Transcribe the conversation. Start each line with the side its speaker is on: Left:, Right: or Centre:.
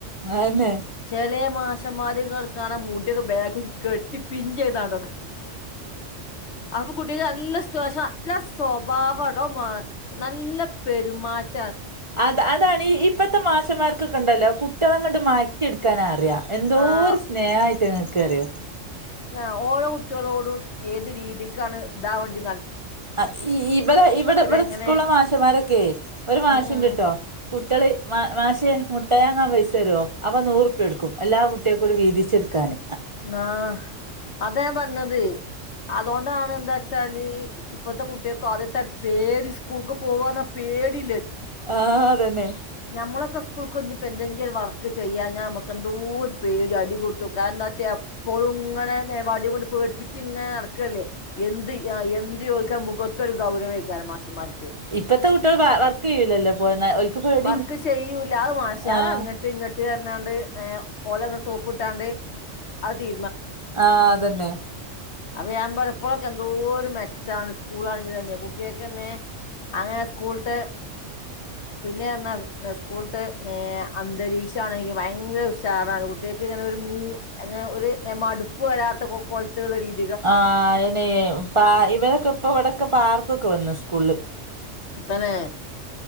Right: അതന്നെ
Left: ചള മാസ പച്ചമാങ്ങ കാണാൻ മൂട്ടിയൊക്കൊഗ കെട്ടി പിഞ്ച ചെയ്താണ്ടൊെ അപ്പോ കുട്ടികൾക്ക് നല്ല സ്‌ട്രെസ്സാ നല്ല സ്വഭാവടോ നല്ല പെരുമാറ്റം
Right: അത അതാണ് ഇപ്പത്തെ മാശന്മാർക്ക്ൊ കണ്ടല്ലോട്ട കുട്ടിയോളെ അങ്ങോട്ട് മാറ്റിയെടുക്കാൻ അറിയാം എന്തോ
Left: ആഹ്
Right: ഒരു സ്നേഹയിട്ട് ങ്ങക്ക് അറിയോ
Left: ആ ഓരോ കുട്ടികളോടും ഏത് രീതിക്കാണ് ഇതാ വേണ്ടത്
Right: ആ ഇവിടെ ഇവിടെ ഇവിടെ
Left: എങ്ങനെ
Right: സ്കൂള മാഷന്മാരൊക്കെയ ഒരു മാഷുണ്ട്
Left: ഉം ഉം
Right: കേട്ടോ കുട്ടികളി മാ മാഷേ മുട്ടയങ്ങാൻ പൈസ വരുമോ അവ നൂറുപ്യ എടുക്കും എല്ലാ കുട്ടിയ കൂടി വീതിച്ചെടുക്കാാന്
Left: ആാ അത ൻ പറഞ്ഞത് അതുകൊണ്ടാണ് എന്താ വച്ചാല് ഇപ്പഴത്തെ കുട്ടികൾക്ക ആദ്യത്തെ പേടി സ്കൂൾക്ക് പോക പേടി
Right: ആഹ ന്നെ
Left: നമ്മളൊക്കെ സ് കുഞ്ഞിപ്പോൊ എന്തെങ്കിലും വർക്ക് ചെയ്യാാ നമുക്ക് എന്തൂ പ ഒരു അടി കൂട്ടുംക്ക എന്താ വച്ചാ പൊറങ്ങൻ വടി കൊണ്ട് പേടിപ്പിച്ച് ഇങ്ങനെ നടക്കുവല്ലേ എന്ത് എന്ത് ചോദിച്ചാലും മുഖത്തൊരു ഗൗരവം ആയിരിക്കും മാഷന്മാർക്ക്
Right: ഇപ്പത്തെ കുട്ടികൾ വർക്ക് ചെയ്യൂലല്ലോ <unintelligible>
Left: വർക്ക് ചെയ്യൂല്ലാ അഹ് മാഷേ
Right: ആഹ്
Left: അഹ് അങ്ങട്ട് ഇങ്ങട്ട് <unintelligible> ണ്ട് ഒലെ സോപ്പ് ഇട്ടാണ്ട് അത് കി
Right: ആ അതെന്നെ
Left: അപ്പ ഞാൻ പലപ്പോഴൊക്കെ എന്തോര് മെച്ചാണ് സ്കൂളാണെങ്കി തന്നെ കുട്ട്യാക്കന്നെ അങ്ങനെ സ്കൂൾത്തെ പിന്നെർന്നാ സ്കൂൾത്തെ അന്തരീക്ഷണെങ്കി ഭയങ്കര ഉഷാറാണ് കുട്ട്യാക്ക് ഇങ്ങനെ ഒരു മൂ അങ്ങനെ ഒര് മടുപ്പ് വരാത്ത കൊലത്തിലുള്ള രീതി
Right: ആ അയ്നെ പാ ഇവിടെക്കെ ഇപ്പ ഇവിടെക്കെ പാർക്കൊക്കെ വന്ന് കുള്ള്
Left: തനെ